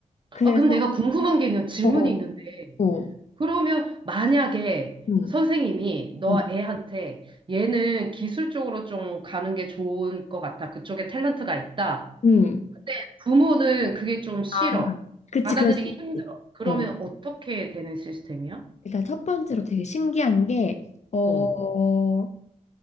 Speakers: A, on the left (about 55°); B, on the right (about 35°).
A: 그래서,
B: 아, 그럼 내가 궁금한 게 있는 질문이
A: 어, 어,
B: 있는데,
A: 어,
B: 그러면 만약에
A: 음,
B: 선생님이 너
A: 음,
B: 애한테 얘는 기술적으로 좀 가는 게 좋은 것 같아. 그쪽에 탤런트가 있다.
A: 음.
B: 근데 부모는 그게 좀 싫어.
A: 아, 그치,
B: 받아들이기
A: 그럴 수 있지.
B: 힘들어. 그러면
A: 어,
B: 어떻게 되는 시스템이야?
A: 일단 첫 번째로 되게 신기한 게, 어,
B: 어,